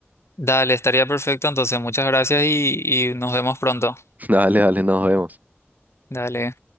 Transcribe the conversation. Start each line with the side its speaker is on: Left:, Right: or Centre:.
Left: Dale, estaría perfecto, entonces muchas gracias y, y nos vemos pronto.
Right: <laughs> Dale, dale, nos vemos.
Left: Dale.